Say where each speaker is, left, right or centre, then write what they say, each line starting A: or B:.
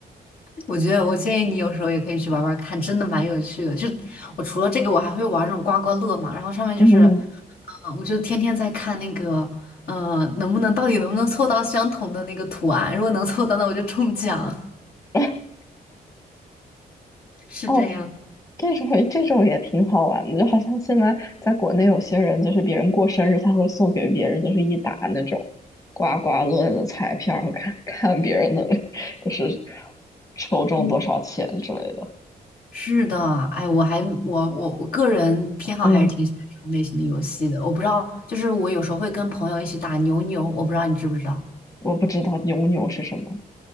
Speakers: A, on the left; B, on the left.
A: 我觉得我建议你有时候也可以去玩玩看，真的蛮有趣的。就我除了这个，我还会玩那种刮刮乐嘛，然后上面就是啊，
B: 嗯，
A: 我就天天在看那个，呃，能不能到底能不能凑到相同的那个图案？如果能凑到，那我就中奖。
B: 哎
A: <laughs> 是这样。
B: 哦，这种也这种也挺好玩的，就好像现在在国内有些人，就是别人过生日，他会送给别人就是一沓那种刮刮乐的彩票，然后看看别人的 <laughs> 就是抽中多少钱之类的。
A: 嗯，是的，哎，我还我我我个人偏好还是挺喜欢这种类型的游戏的。
B: 嗯，
A: 我不知道，就是我有时候会跟朋友一起打牛牛，我不知道你知不知道。
B: 我不知道牛牛是什么。